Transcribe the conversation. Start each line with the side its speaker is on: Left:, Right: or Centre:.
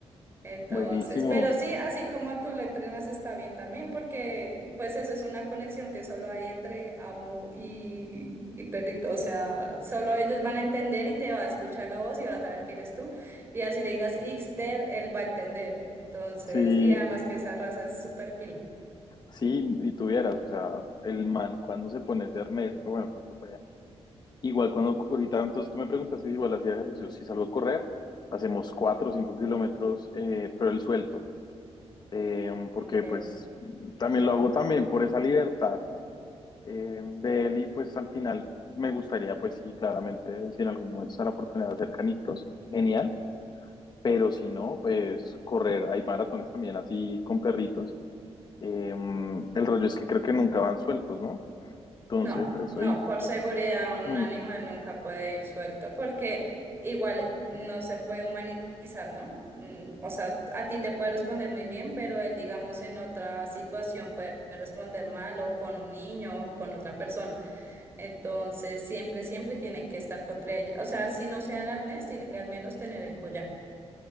Right: Entonces,
Left: Buenísimo.
Right: pero sí, así como tú lo entrenas está bien también, porque pues eso es una conexión que solo hay entre amo y, y perrito, o sea, solo ellos van a entender y te va a escuchar la voz y va a saber que eres tú, y así le digas Ixder, él va a entender, entonces,
Left: Sí,
Right: y además que esa raza es súper pila.
Left: sí, y tuvieras, o sea, el man cuando se pone ese arnés, o bueno, cuando se ponía- igual cuando ahorita, entonces tú me preguntas que igual hacía ejercicio, si salgo a correr, hacemos 4 o 5 kilómetros, eh, pero el suelto, eh, porque
Right: Ok.
Left: pues también lo hago también por esa libertad eh, de él y pues al final me gustaría, pues sí, claramente, si en algún momento se da la oportunidad de hacer canicos, genial, pero si no, pues correr, hay maratones también así con perritos Eh, el rollo es que creo que nunca van sueltos, ¿no? Entonces,
Right: No,
Left: eso
Right: no,
Left: ahí,
Right: por seguridad un
Left: mm,
Right: animal nunca puede ir suelto porque igual no se puede humanizar, ¿no? Mm, O sea, a ti te puede responder muy bien, pero él, digamos, en otra situación puede responder mal o con un niño o con otra persona. Entonces, siempre, siempre tiene que estar contra ella. O sea, si no sea el arnés, tiene que al menos tener el collar.